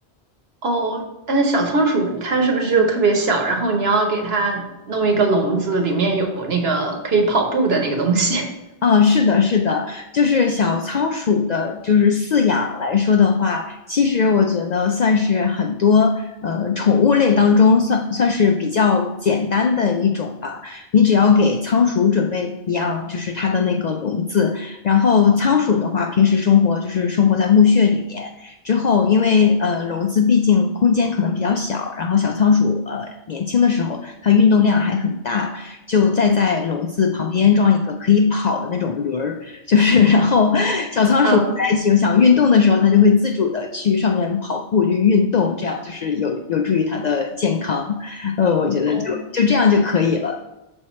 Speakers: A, on the right; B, on the left.
A: 哦，那小仓鼠它是不是就特别小？然后你要给它弄一个笼子，里面有那个可以跑步的那个东西。
B: 啊，是的，是的，就是小仓鼠的，就是饲养来说的话，其实我觉得算是很多呃宠物类当中算算是比较简单的一种吧。你只要给仓鼠准备一样，就是它的那个笼子，然后仓鼠的话，平时生活就是生活在墓穴里面，之后因为呃笼子毕竟空间可能比较小，然后小仓鼠呃年轻的时候它运动量还很大，就再在笼子旁边装一个可以跑的那种轮儿，<laughs> 就是然后小仓鼠在想想运动的时候，
A: <laughs> 嗯，
B: 它就会自主的去上面跑步去运动，这样就是有有助于它的健康。呃，我觉得就就这样就可以了。
A: 哦，